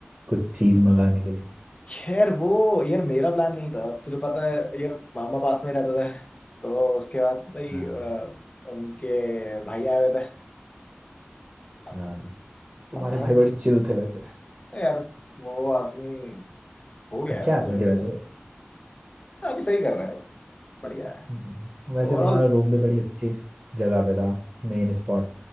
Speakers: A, on the right; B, on the left.
A: कुछ चीज मंगाने के लिए
B: खैर वो यार मेरा प्लान नहीं था तुझे पता है यार मामा पास में रहता था तो उसके बाद भाई
A: हाँ
B: अ, उनके भाई आए हुए थे अब
A: हाँ तुम्हारे
B: सामान
A: भाई बड़े
B: था
A: चिल थे वैसे
B: तो यार वो आदमी हो गया
A: अच्छे
B: है
A: आदमी
B: उनसे भी
A: थे वैसे
B: मिले अभी सही कर रहा है वो, बढ़िया
A: हम्म।
B: है
A: वैसे
B: ओवरऑल
A: तुम्हारा रूम भी बड़ी अच्छी जगह पे था मेन स्पॉट